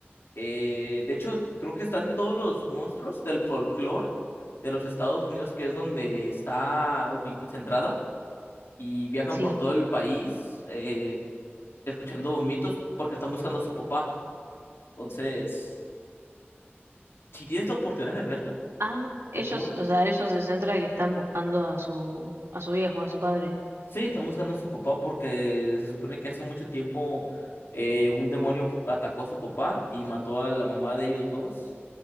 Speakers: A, on the left; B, on the right.
A: Eh, de hecho, creo que están todos los monstruos del folclore de los Estados Unidos, que es donde está ubi- centrada, y viajan
B: sí.
A: por todo el país eh, escuchando mitos porque están buscando a su papá. Entonces, si tienes la oportunidad de verla,
B: Ah,
A: te
B: ellos,
A: juro.
B: o sea, ellos se centran que están buscando a su, a su viejo, a su padre.
A: Sí, están buscando a su papá porque se supone que hace mucho tiempo eh, un demonio f- atacó a su papá y mató a la mamá de ellos dos